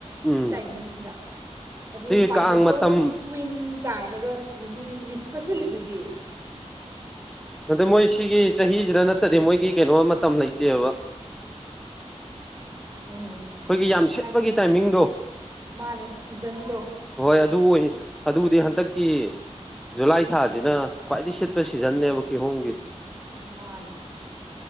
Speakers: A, in the centre; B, on the right.
A: ꯎꯝ
B: ꯁꯤ ꯇꯥꯏꯃꯤꯡꯁꯤꯗ ꯑꯗꯨ
A: ꯁꯤꯒꯤ
B: ꯄꯥꯏꯅꯦꯄꯜ
A: ꯀꯥꯡ ꯃꯇꯝ
B: ꯀ꯭ꯋꯤꯟ ꯀꯥꯏꯅꯒ ꯑꯁ ꯃꯤ ꯃꯤꯁ ꯀꯁꯤꯜꯂꯤꯗꯨꯗꯤ
A: ꯑꯗ ꯃꯣꯏ ꯁꯤꯒꯤ ꯆꯍꯤꯁꯤꯗ ꯅꯠꯇꯗꯤ ꯃꯣꯏꯒꯤ ꯀꯩꯅꯣ ꯃꯇꯝ ꯂꯩꯇꯦꯕ
B: ꯎꯝ
A: ꯑꯩꯈꯣꯏꯒꯤ ꯌꯥꯝ ꯁꯤꯠꯄꯒꯤ
B: ꯍꯥꯏꯗꯤ
A: ꯇꯥꯏꯃꯤꯡꯗꯣ
B: ꯃꯥꯟꯅꯦ ꯁꯤꯖꯟꯗꯣ
A: ꯍꯣꯏ ꯑꯗꯨ ꯑꯣꯏ ꯑꯗꯨꯗꯤ ꯍꯟꯇꯛꯀꯤ ꯖꯨꯂꯥꯏ ꯊꯥꯁꯤꯅ ꯈ꯭ꯋꯥꯏꯗꯩ ꯁꯤꯠꯄ ꯁꯤꯖꯟꯅꯦꯕ ꯀꯤꯍꯣꯝꯒꯤ
B: ꯃꯥꯟꯂꯤ